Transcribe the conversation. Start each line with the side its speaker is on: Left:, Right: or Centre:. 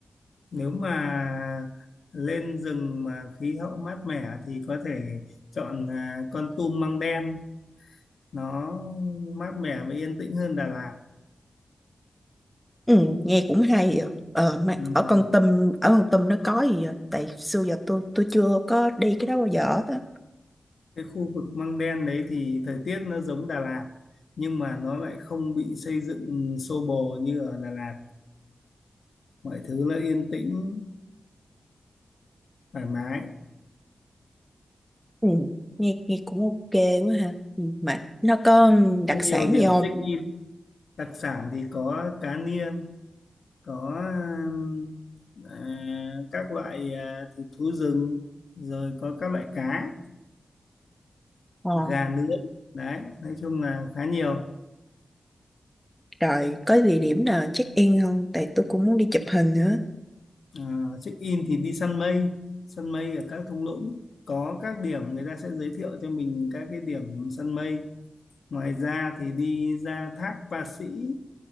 Left: nếu mà lên rừng mà khí hậu mát mẻ thì có thể chọn à, Kon Tum Măng Đen, nó mát mẻ và yên tĩnh hơn Đà Lạt.
Centre: Ừ, nghe cũng hay à. Ờ, mà
Left: Ừm,
Centre: ở Kon Tum ở Kon Tum nó có gì vậy? Tại xưa giờ tôi tôi chưa có đi cái đó bao giờ. hết á.
Left: Cái khu vực Măng Đen đấy thì thời tiết nó giống Đà Lạt, nhưng mà nó lại không bị xây dựng xô bồ như ở Đà Lạt. Mọi thứ là yên tĩnh thoải mái
Centre: Ừ. Nghe, nghe cũng ok quá ha. Ừ. Mà nó có đặc
Left: có nhiều
Centre: sản
Left: điểm
Centre: gì không?
Left: thích đặc sản thì có cá niên có um, à, các loại à, thịt thú rừng rồi có các loại cá
Centre: Ờ,
Left: gà nướng đấy nói chung là khá nhiều
Centre: rồi có địa điểm nào check in không? Tại tôi cũng muốn đi chụp hình nữa.
Left: à, check in thì đi săn mây săn mây ở các thung lũng có các điểm người ta sẽ giới thiệu cho mình các cái điểm săn mây ngoài ra thì đi ra thác Pa Sĩ